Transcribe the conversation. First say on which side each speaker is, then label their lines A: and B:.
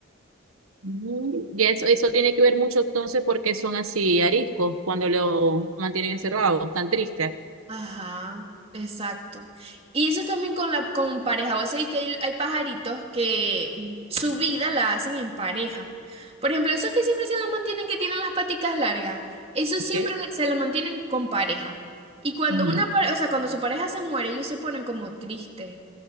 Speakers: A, on the right; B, on the right.
A: Mm, Y eso, eso tiene que ver mucho entonces porque son así ariscos cuando lo mantienen encerrados, tan tristes.
B: Ajá, exacto. Y eso también con la con pareja. Vos sabés que hay, hay pajaritos que su vida la hacen en pareja. Por ejemplo, esos que siempre se la mantienen, que tienen las paticas largas, esos
A: ¿ok?
B: siempre se la mantienen con pareja. Y cuando
A: Ujú.
B: una pareja, o sea, cuando su pareja se muere, ellos se ponen como tristes.